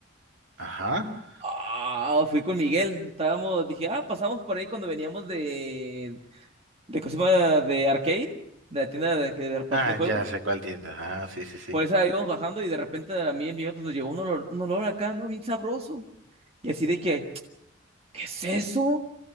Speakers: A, on the right (about 70°); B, on the right (about 30°).
A: Ajá.
B: Ah, fui con Miguel. Estábamos, dije, ah, pasamos por ahí cuando veníamos de, de Cosima de Arcade, de la tienda de, que de reparación
A: Ah,
B: de juegos.
A: ya sé cuál tienda. Ah, sí, sí, sí.
B: Por eso íbamos bajando y de repente a mí en mi pues, nos llegó un olor, un olor acá, ¿no? Bien sabroso. Y así de que, ¿qué es eso?